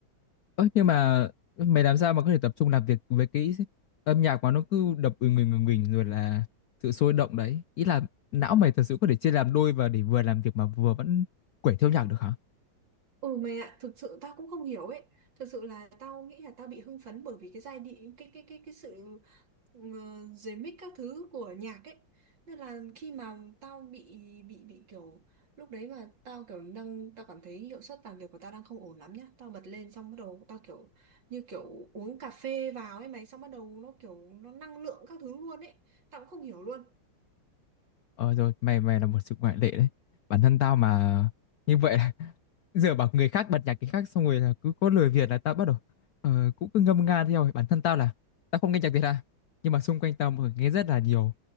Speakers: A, on the left; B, on the right.
A: Ơ, nhưng mà mày làm sao mà có thể tập trung làm việc với cái âm nhạc mà nó cứ đập ừ người người mình rồi là sự sôi động đấy ý là não mày thật sự có thể chia làm đôi và để vừa làm việc mà vừa vẫn quẩy theo nhạc được hả
B: Ừ mày ạ, thực sự tao cũng không hiểu ấy. Thực sự là tao nghĩ là tao bị hưng phấn bởi vì cái giai điệu cái cái cái cái sự ờ, dưới mic các thứ của nhạc ấy. Nên là khi mà tao bị bị bị kiểu lúc đấy mà tao kiểu đang tao cảm thấy hiệu suất làm việc của tao đang không ổn lắm nhá. Tao bật lên xong bắt đầu tao kiểu như kiểu uống cà phê vào ấy mày xong bắt đầu nó kiểu nó năng lượng các thứ luôn ấy. Tao cũng không hiểu luôn.
A: ờ rồi mày mày là một sự ngoại lệ đấy bản thân tao mà như vậy <laughs> giờ bảo người khác bật nhạc cái khác xong rồi là cứ có lời Việt là tao bắt đầu ờ, cũng cứ ngâm nga theo bản thân tao là tao không nghe nhạc Việt à nhưng mà xung quanh tao mọi người nghe rất là nhiều